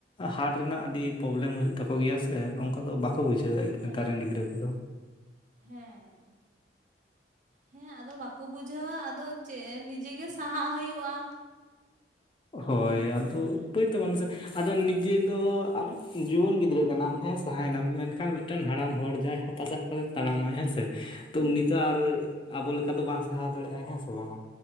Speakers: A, on the left (about 30°); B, on the right (about 45°).
A: ᱦᱟᱨᱴ ᱨᱮᱱᱟᱜ ᱟᱹᱰᱤ ᱯᱨᱚᱵᱞᱮᱢ ᱦᱩᱭᱩᱜ ᱛᱟᱠᱚ ᱜᱮᱭᱟ ᱥᱮ ᱚᱠᱟ ᱫᱚ ᱵᱟᱠᱚ ᱵᱩᱡᱷᱟᱹᱣ ᱮᱫᱟ
B: ᱦᱮᱸ
A: ᱱᱮᱛᱟᱨ ᱨᱮᱱ ᱜᱤᱫᱽᱨᱟᱹ ᱠᱚᱫᱚ
B: ᱦᱮᱸ ᱦᱮᱸ ᱟᱫᱚ ᱵᱟᱠᱚ ᱵᱩᱡᱷᱟᱹᱣᱼᱟ ᱟᱫᱚ ᱪᱮᱫ ᱱᱤᱡᱮ ᱜᱮ ᱥᱟᱦᱟᱜ ᱦᱩᱭᱩᱜᱼᱟ
A: ᱦᱳᱭ
B: ᱚᱸᱰᱮ ᱠᱷᱚᱱᱟᱜ
A: ᱟᱫᱚ ᱩᱯᱟᱹᱭ ᱛᱚ ᱵᱟᱝ ᱥᱮ ᱟᱫᱚ ᱱᱤᱡᱮ ᱫᱚ ᱡᱩᱣᱟᱹᱱ ᱜᱤᱫᱽᱨᱟᱹ ᱠᱟᱱᱟᱢ ᱦᱮᱸ ᱥᱟᱦᱟᱭᱮᱱᱟᱢ ᱢᱮᱱᱠᱷᱟᱱ ᱢᱤᱫᱴᱟᱝ ᱦᱟᱲᱟᱢ ᱦᱚᱲ ᱡᱟᱦᱟᱸᱭ ᱦᱟᱯᱟ ᱥᱟᱵ ᱠᱟᱛᱮ ᱛᱟᱲᱟᱢᱟᱭ ᱦᱮᱸ ᱥᱮ
B: ᱦᱩᱸ
A: ᱛᱚ ᱩᱱᱤ ᱛᱚ ᱟᱨ ᱟᱵᱚ ᱞᱮᱠᱟ ᱫᱚ ᱵᱟᱝ ᱥᱟᱦᱟᱣ ᱫᱟᱲᱮᱭᱟᱜᱼᱟᱭ ᱦᱮᱸ ᱥᱮ ᱵᱟᱝᱼᱟ